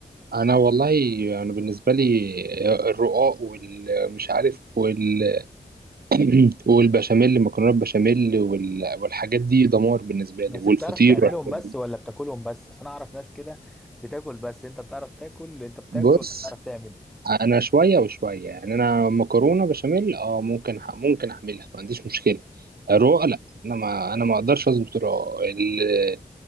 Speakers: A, on the right; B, in the centre.
A: انا والله انا بالنسبه لي الرقاق والمش عارف وال <clears throat> والبشاميل مكرونه بشاميل وال... والحاجات دي دمار بالنسبه
B: بس
A: لي والفطير
B: بتعرف تعملهم
A: والحاجات
B: بس
A: دي
B: ولا بتاكلهم بس اصل انا اعرف ناس كده بتاكل بس انت بتعرف تاكل انت بتاكل
A: بص
B: ولا بتعرف تعمل
A: انا شويه وشويه يعني انا مكرونه بشاميل اه ممكن ح... ممكن اعملها ما عنديش مشكله الرقاق لا انا ما انا ما اقدرش اظبط الرقاق ال...